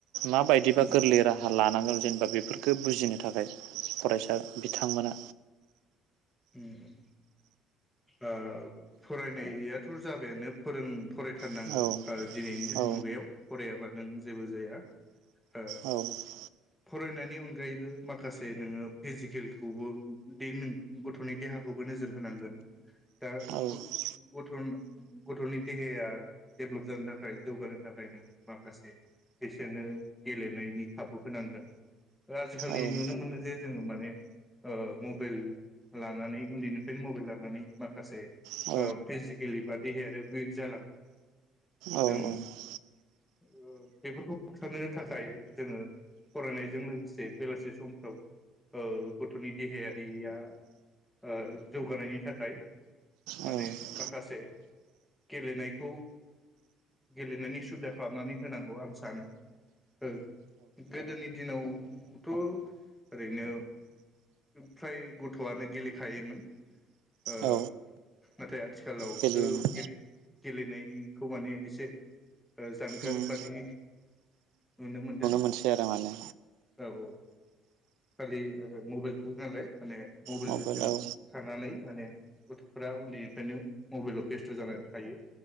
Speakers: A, on the right; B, in the centre.
A: माबायदिबा
B: उम
A: गोरलै राहा लानांगोन। जेनेबा बेफोरखौ बुजिनो थाखाय फरायसा बिथांमोना
B: उम ओ फरायनायात थ जाबायानो फोरों फरायथारनांगौ
A: औ
B: ओ दिनैनिदे
A: औ
B: मुगायाव फरायाबा नों जेबो जाया ओ
A: औ
B: फराय नानि अनग गायैबो माखासे नोङोब फिजिकेलखौबो दे नों गथनि देहाखौबो नोजोर होनांगोन। दा
A: औ
B: गुद गुथुन गथनि देहाया डेभलप जानो थाखाय जौगानो थाखाय नोङो माखासे बिसोरनो गेलेनायनि खाबु होनांगोन। ओ आजिखालि
A: औ
B: नुनो मोनो जे जोङो मान <unintelligible> ओ मबेल लानानै उन्दैनिफ्रायनो मबेल लानानै माखासे
A: औ
B: ओ फिजिकेलि बा देहाय आरो उइक जालाङो।
A: औ
B: जों ओ बेफोरखौ होबथानो थाखाय जोङो फरायनायजों लोगोसे बेलासि समफ्राव ओ गथनि देहायारिया ओ जौगानायनि थाखाय माने
A: औ
B: माखासे गेलेनायखौ गेलेनायनि सुबिदा खालामनानै होनांगौ आं सानो। ओ गोदोनि दिनाव थ ओरैनो फ्राय गथआनो गेलेखायोमोन ओ
A: औ
B: नाथाय आथिखालावसो
A: गेलेयोमोन
B: गेले-गेलेनायनिखौ माने इसे जानगार
A: उम
B: बादि नुनो मोनदों।
A: मोननोसै आरो माने
B: औ औ खालि मबाइल नालाय माने <unintelligible>
A: मबाइलाव
B: थानानै माने गथ'फोरा उन्दैनिफ्रायनो मबाइलाव बेस्थ जानानै थायो